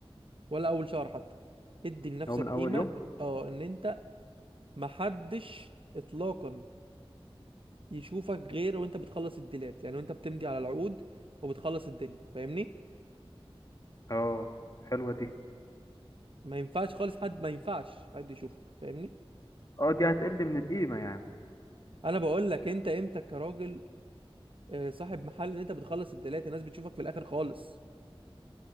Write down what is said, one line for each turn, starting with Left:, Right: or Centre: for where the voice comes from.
Right: ولا اول شهر حتى ادي لنفسك
Left: هو من اول
Right: قيمه
Left: يوم
Right: اه ان انت محدش اطلاقا يشوفك غير وانت بتخلص الديلات يعني وانت بتمضي على العقود وبتخلص الدنيا فاهمني
Left: اه حلوه دي
Right: ما ينفعش خالص حد ما ينفعش حد يشوفك فاهمني
Left: اه دي هتقل من القيمه يعني
Right: انا بقول لك انت امتى كراجل آه، صاحب محل ان انت بتخلص الدلات الناس بتشوفك في الاخر خالص